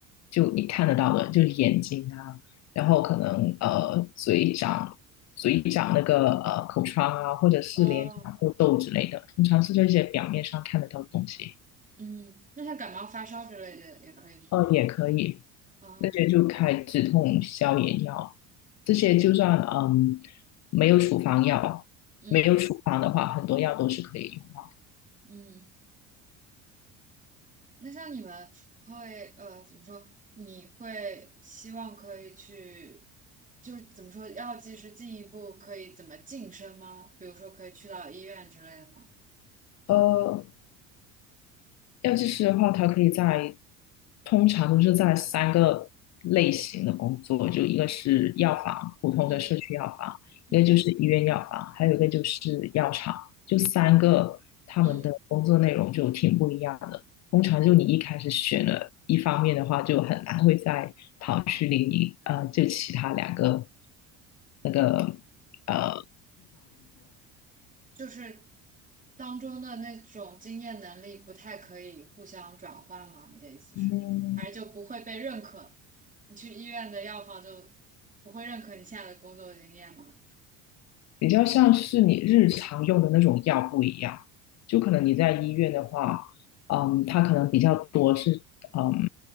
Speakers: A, on the left; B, on the right.
A: 就你看得到的，就是眼睛啊，然后可能呃嘴长嘴长那个呃口疮啊，或者是脸长痘痘之类的，
B: 哦，
A: 通常是这些表面上看得到的东西。
B: 嗯，那像感冒发烧之类的也可以
A: 呃，也可以，
B: 吗。哦，
A: 那些就开止痛消炎药，这些就算嗯没有处方药，
B: 嗯
A: 没有处方的话，很多药都是可以用的。
B: 嗯。那像你们会呃怎么说？你会希望可以去，就是怎么说，药剂师进一步可以怎么晋升吗？比如说可以去到医院之类的吗？
A: 呃，药剂师的话，他可以在通常都是在三个类型的工作，就一个是药房，普通的社区药房，
B: 嗯嗯
A: 一个就是医院药房，还有一个就是药厂，就三个他们的工作内容就挺不一样的。
B: 嗯，
A: 通常就你一开始选了一方面的话，就很难会在跑去另一呃，就其他两个那个呃。
B: 就是当中的那种经验能力不太可以互相转换吗？你的意思是，
A: 嗯
B: 还是就不会被认可？你去医院的药房就不会认可你现在的工作经验吗？
A: 比较像是你日常用的那种药不一样，就可能你在医院的话，嗯，它可能比较多是，嗯，